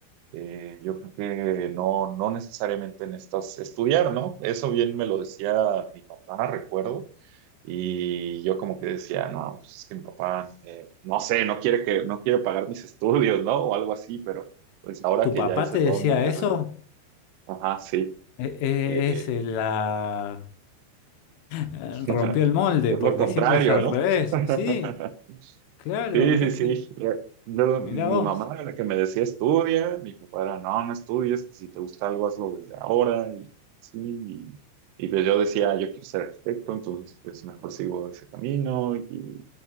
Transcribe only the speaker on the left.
¿Tu
papá
te decía
eso?
E- e-
Es, eh, la, Eh,
Rompió el molde,
porque
siempre es al
revés.
Sí, claro,
mirá
que,
mirá
vos.